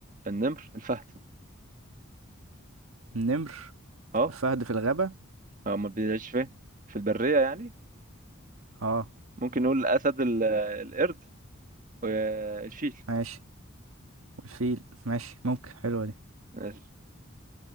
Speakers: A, on the right; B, on the right.
A: النمر الفهد
B: النمر
A: اه
B: الفهد في الغابة
A: هو ما بيعيش فين في البريه يعني
B: اه
A: ممكن نقول الاسد ال- القرد وشيل
B: ماشي والفيل ماشي ممكن حلوة دي
A: ماشي